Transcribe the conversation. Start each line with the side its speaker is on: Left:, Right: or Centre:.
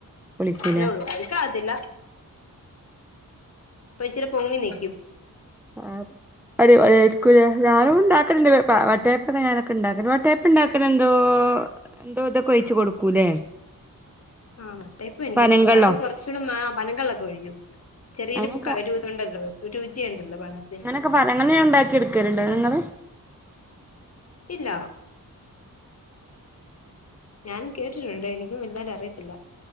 Centre: പുളിക്കൂലേ
Left: അത്രേ ഒള്ളൂ അഴികാവത്തില്ല. അപ്പോ ഇച്ചിരി പൊങ്ങി നിയ്ക്കും.
Centre: ആഹ് അടിപൊളിയായിരിക്കുംലെ. ഞാനും ഇണ്ടാക്കലിണ്ട് പ വാ വട്ടായപ്പം ഞാനൊക്കെ ഇണ്ടാക്കൽ വട്ടയപ്പ പ്പണ്ടാക്കലെന്തോ എന്തോതൊക്കെ ഒഴിച്ച് കൊടുക്കൂല്ലേ?
Left: ആഹ് വട്ടയപ്പം എനിക്കറിയത്തില്ല.
Centre: പനങ്കള്ളോ
Left: അതിന് കൊ റച്ചൂടി മാ പനങ്കള്ളൊക്കെ ഒഴിക്കും. ചെറിയൊരു
Centre: അങ്ങനൊക്കെ
Left: ക രുതു ഉണ്ടല്ലോ, രുചിയുണ്ടല്ലോ പനത്തിന്.
Centre: പനങ്കള്ള് <unintelligible> ഇണ്ടാക്കി എടുക്കലുണ്ടോ നിങ്ങള്?
Left: ഇല്ലാ ഞാനും കേട്ടിട്ടുണ്ട് എനിക്കും വെലുതായിട്ട് അറിയത്തില്ല